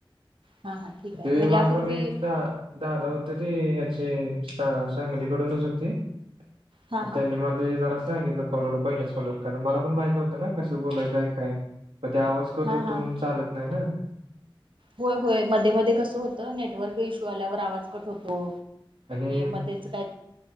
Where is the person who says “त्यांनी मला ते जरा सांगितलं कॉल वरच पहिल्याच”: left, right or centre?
Right